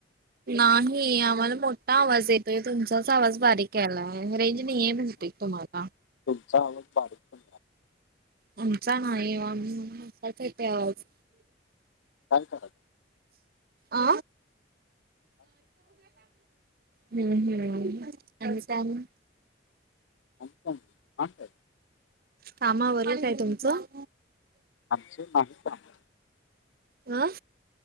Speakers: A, on the right; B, on the left.
A: नाही, आम्हाला मोठा आवाज येतोय. तुमचाच आवाज बारीक यालाय, रेंज नाही ये म्हणतोय तुम्हाला.
B: तुमचा आवज बारीक पण
A: आमचा नाही ओ, आमचा मोठाच येतोय आवाज.
B: काय करायच?
A: अ. हम्म-हम्म, आणि काय आणि.
B: आणि काय, आणि काय.
A: कामा आवरलं काय तुमचं?
B: आमच नाही काम.
A: अ.